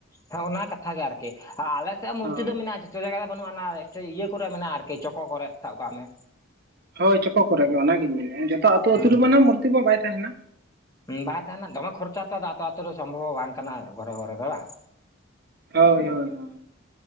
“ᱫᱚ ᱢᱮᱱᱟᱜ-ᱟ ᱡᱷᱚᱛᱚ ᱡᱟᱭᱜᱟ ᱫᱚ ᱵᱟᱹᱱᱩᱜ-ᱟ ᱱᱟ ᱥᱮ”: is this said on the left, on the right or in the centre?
Left